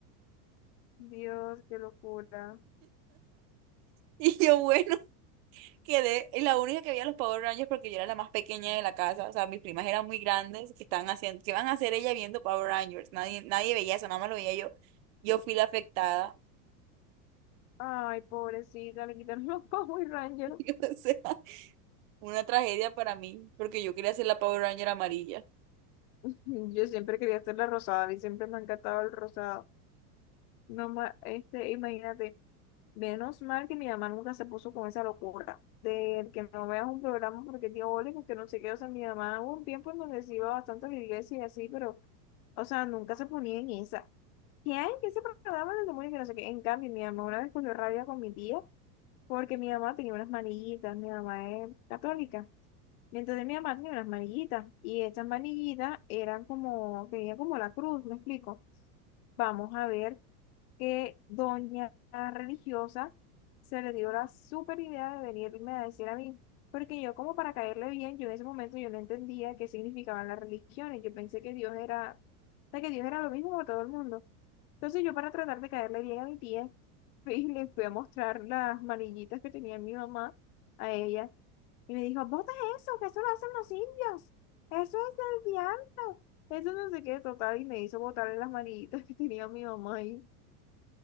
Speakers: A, on the left; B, on the right.
A: Dios, qué locura.
B: Y yo, bueno. quedé la única que veía los Power Rangers porque yo era la más pequeña de la casa, o sea, mis primas eran muy grandes, que estaban haciendo, que iban a hacer ella viendo Power Rangers? Nadie, nadie veía eso, nada más lo veía yo. Yo fui la afectada.
A: Ay, pobrecita, le quitaron <laughs> los Power Rangers.
B: <laughs> O sea, una tragedia para mí, porque yo quería ser la Power Ranger amarilla.
A: Yo siempre quería hacer la rosada, a mí siempre me ha encantado el rosado. No ma- este, imagínate, menos mal que mi mamá nunca se puso con esa locura de que no veas un programa porque diabólico, que no sé qué, o sea, mi mamá hubo un tiempo en donde se iba bastante a la iglesia y así, pero, o sea, nunca se ponía en esa. ¿Quién? ¿Qué se programa del demonio? Que no sé qué. En cambio, mi mamá una vez cogió rabia con mi tía porque mi mamá tenía unas manillitas. Mi mamá es católica. Y entonces mi mamá tenía unas manillitas y estas manillitas eran como, tenía como la cruz, ¿me explico? vamos a ver que doña religiosa se le dio la super idea de venirme a decir a mí, porque yo como para caerle bien, yo en ese momento yo no entendía qué significaban las religiones, yo pensé que Dios era, o sea, que Dios era lo mismo para todo el mundo. Entonces yo para tratar de caerle bien a mi tía, <laughs> fui- le fui a mostrar las manillitas que tenía mi mamá a ella. Y me dijo, bota eso, que eso lo hacen los indios, eso es del diablo, eso no sé qué, total, y me hizo botarle las manillitas que tenía mi mamá ahí.